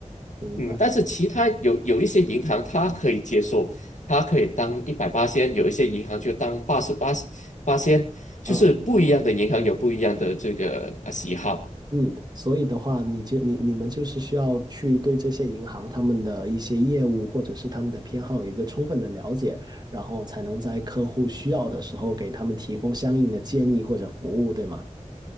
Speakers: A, on the right; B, on the left.
A: 明白。
B: 嗯，但是其他有有一些银行它可以接受，它可以当一百八仙，有一些银行就当八十八八仙，就是不一样的银行有不一样的这个啊喜好。
A: 嗯。嗯，所以的话，你就你你们就是需要去对这些银行他们的一些业务或者是他们的偏好有一个充分的了解，然后才能在客户需要的时候给他们提供相应的建议或者服务，对吗？